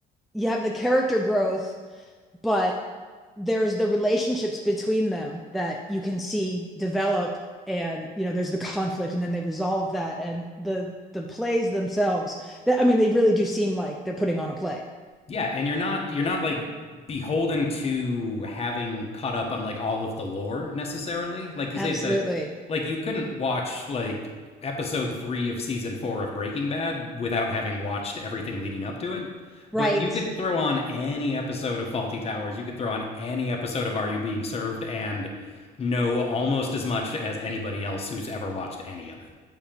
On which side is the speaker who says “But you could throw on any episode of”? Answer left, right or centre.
Left